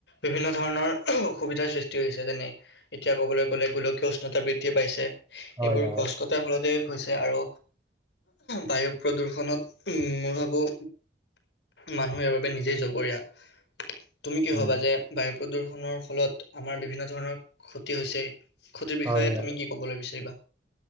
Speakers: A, on the left (about 85°); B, on the right (about 20°).
A: বিভিন্ন ধৰণৰ অসুবিধ ধাৰ সৃষ্টি হৈ হৈছে। তেনেই এতিয়া ক'বলৈ গ'লে গোলকীয় উষ্ণতা বৃদ্ধি পাইছে,
B: হয়,
A: এইবোৰ
B: হয়,
A: গছ কটাৰ ফলতে হৈছে আৰু বায়ু প্ৰদূষণত উম, মই ভাবোঁ মানুহ ইয়াৰ বাবে নিজেই জগৰীয়া। তুমি কি
B: উম,
A: ভবা যে বায়ু প্ৰদূৰষণৰ ফলত আমাৰ বিভিন্ন ধৰণৰ ক্ষতি হৈছে? ক্ষতিৰ
B: হয়,
A: বিষয়ে
B: হয়।
A: তুমি কি ক'বলৈ বিচাৰিবা?